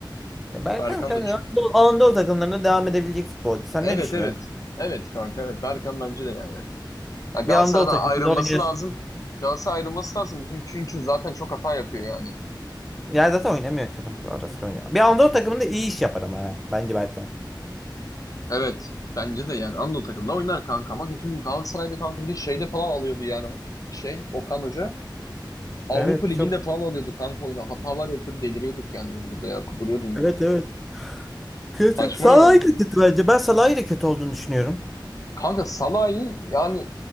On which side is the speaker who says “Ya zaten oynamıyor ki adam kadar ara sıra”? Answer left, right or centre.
Centre